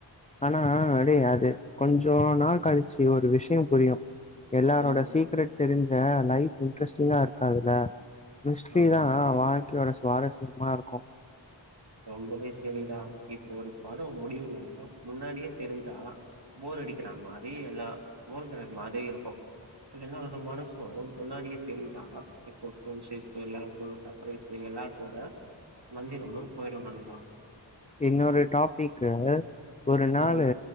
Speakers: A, on the left; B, on the right.
A: ஆனா அடே அது கொஞ்சோ நாள் கழிச்சு ஒரு விஷயோ புரியு எல்லாரோட
B: ம்
A: சீக்ரெட் தெரிஞ்ச லைஃப் இன்ட்ரெஸ்டிங்கா இருக்காதுல மிஸ்டரி
B: ஆமா
A: தா வாழ்க்கையோட சுவாரஸ்யமா இருக்கு
B: ரொம்பவே சேரிடா இப்ப ஒரு படோ முடிவுல்ல முன்னாடியே தெரிஞ்சா போர் அடிக்கிற மாரி எல்லா போர் க மாரி இருக்கு இ எல்லாரோட மனசும் முன்னாடியே தெரிஞ்சா இப்போ <unintelligible> லேம்போ சாப் <unintelligible> சு எல்லாத்தோட மந்திரமு போயிரு நண்பா
A: இன்னொரு டாப்பிக்கு ஒரு நாளு
B: ம்